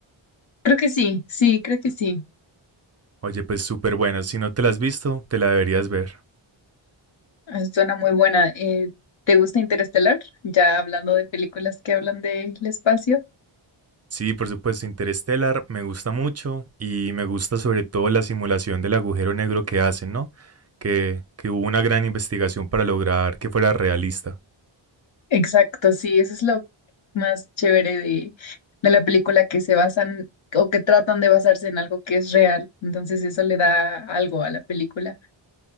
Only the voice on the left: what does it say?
Creo que sí, sí, creo que sí.
Ah, Suena muy buena. Eh, ¿te gusta Interestelar? Ya hablando de películas que hablan del espacio.
Exacto, sí, eso es lo más chévere de, de la película que se basan o que tratan de basarse en algo que es real. Entonces eso le da algo a la película.